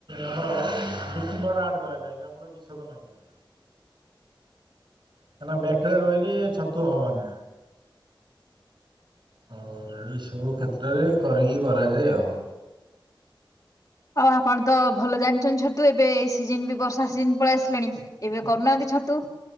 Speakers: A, on the right; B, on the left.
A: ଆମର ବିଚିଙ୍ଗି ପାଉଡର ଆଡ କରାଯାଏ ଯାହା ଫଳ <unintelligible>
B: <inaudible>
A: କାହିଁକିନା ବ୍ୟାକରେ ରହିଲେ ଛତୁ ହବନି। ଓ ଏସବୁ କ୍ଷେତ୍ରରେ କରିକି କରାଯାଏ ଆଉ।
B: ଆଉ ଆପଣ ତ ଭଲ ଜାଣିଛନ୍ତି ଛତୁ ଏବେ ଏଇ ସିଜନ ବି ବର୍ଷା ସିଜିନ ପଳେଇ ଆସିଲାଣି। ଏବେ କରୁନାହାନ୍ତି ଛତୁ